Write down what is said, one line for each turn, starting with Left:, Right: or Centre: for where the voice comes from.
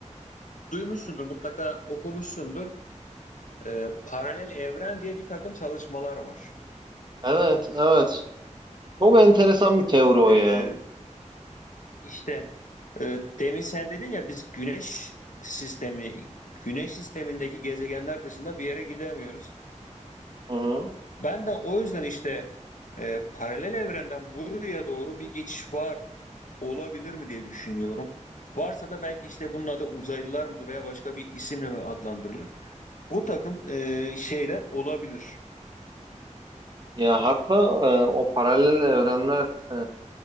Left: duymuşsundur mutlaka okumuşsundur. E, Ee, paralel evren diye bir takım çalışmalar var.
Right: Evet, evet. Çok enteresan bir teori o
Left: E,
Right: ya.
Left: İşte e, demin sen dedin ya biz güneş sistemi, güneş sistemindeki gezegenler dışında bir yere gidemiyoruz.
Right: Hı hı.
Left: Ben de o yüzden işte e, paralel evrenden buraya doğru bir geçiş var olabilir mi diye düşünüyorum. Varsa da belki işte bunun adı uzaylılar mıdır veya başka bir isimle mi adlandırılır? Bu takım e, şeyler olabilir.
Right: Ya hatta e, o paralel evrenler e,